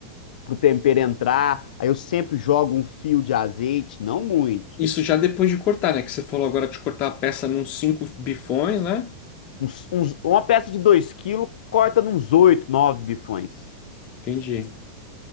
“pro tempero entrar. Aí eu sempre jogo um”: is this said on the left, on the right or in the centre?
Left